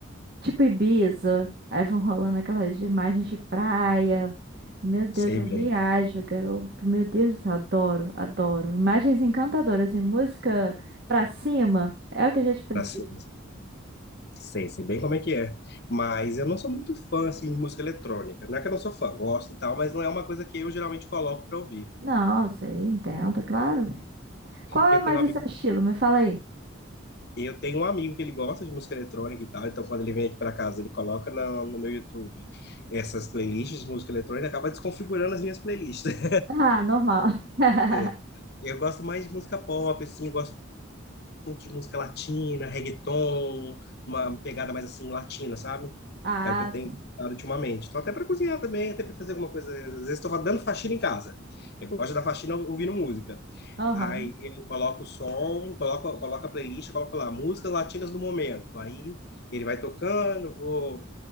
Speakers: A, on the right; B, on the left.
A: tipo Ibiza. Aí vão rolando aquelas imagens de praia. Meu Deus,
B: Sei
A: eu
B: bem.
A: viajo, garoto. Meu Deus, adoro, adoro. Imagens encantadoras e música pra cima é o que a gente precisa.
B: Assim, sei, sei bem como é que é. Mas eu não sou muito fã assim, de música eletrônica. Não é que eu não sou fã, gosto e tal, mas não é uma coisa que eu geralmente coloco para ouvir.
A: Não, sei, entendo, claro. Qual é
B: Eu
A: mais
B: tenho um amigo,
A: o seu estilo? Me fala aí.
B: eu tenho um amigo que ele gosta de música eletrônica e tal, então quando ele vem aqui para casa, ele coloca na- no meu YouTube essas playlists de música eletrônica, acaba desconfigurando as minhas playlists. <laughs>
A: Ah, normal. <laughs>
B: É. Eu gosto mais de música pop, assim, eu gosto muito de música latina, reggaeton, uma pegada mais assim latina, sabe?
A: Ah,
B: É o que eu tenho
A: sim.
B: escutado ultimamente. Tô até para cozinhar também, até para fazer alguma coisa. Às vezes estou dando faxina em casa. Eu gosto da faxina ouvindo música.
A: Aham.
B: Aí eu coloco o som, coloco, coloco a playlist, coloco lá músicas latinas do momento. Aí ele vai tocando, vou